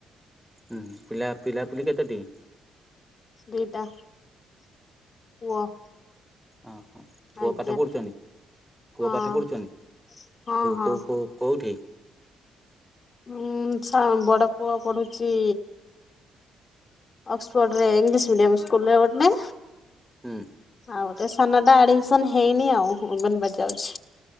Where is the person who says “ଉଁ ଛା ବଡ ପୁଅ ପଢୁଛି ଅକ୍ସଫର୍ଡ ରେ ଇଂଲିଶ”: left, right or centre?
Left